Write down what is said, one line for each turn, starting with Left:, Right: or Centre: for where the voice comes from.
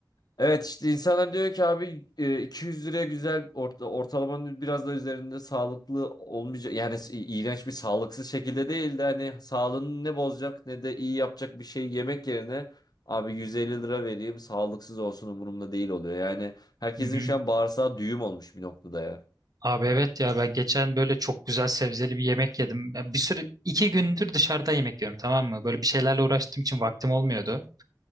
Left: Evet işte insanlar diyor ki abi e, 200 liraya güzel orta, ortalamanın biraz da üzerinde sağlıklı olmayacak yani s- iğrenç bir sağlıksız şekilde değil de hani sağlığını ne bozacak ne de iyi yapacak bir şey yemek yerine abi 150 lira vereyim sağlıksız olsun umurumda değil oluyor. Yani herkesin
Right: Hı hı.
Left: şu an bağırsağı düğüm olmuş bir noktada ya.
Right: Abi evet ya ben geçen böyle çok güzel sebzeli bir yemek yedim. Ya Bir sürü iki gündür dışarıda yemek yiyorum tamam mı? Böyle bir şeylerle uğraştığım için vaktim olmuyordu.